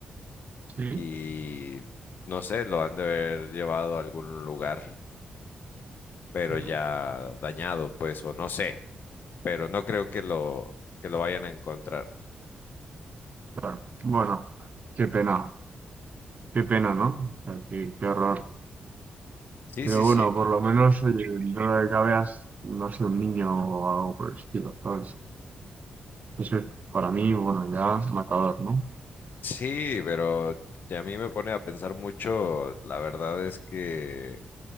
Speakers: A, on the right; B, on the left.
A: Sí.
B: y no sé, lo han de haber llevado a algún lugar pero
A: ujú.
B: ya dañado, pues, o no sé, pero no creo que lo, que lo vayan a encontrar.
A: Claro. Bueno, qué pena. Qué pena, ¿no? O sea, qué, qué horror.
B: Sí,
A: Pero
B: sí, sí,
A: bueno, por lo menos, oye, dentro de lo que cabe, has- no ha sido un niño o algo por el estilo, ¿sabes? Eso es, para mí, bueno, ya matador, ¿no?
B: sí, pero a mí me pone a pensar mucho, la verdad es que